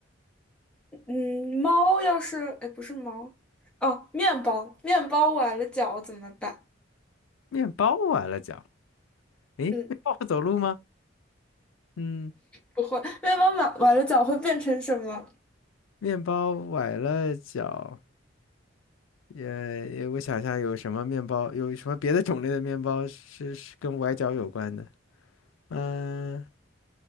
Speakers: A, in the centre; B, on the left.
A: 嗯，猫要是，哎，不是猫，哦，面包，面包崴了脚怎么办？
B: <laughs> 面包完了脚。诶，
A: 嗯，
B: 面包会走路吗？嗯。
A: 不会，面包崴崴了脚会变成什么？
B: 面包崴了脚，也也我想想有什么面包，有什么别的种类的面包是是跟崴脚有关的？嗯，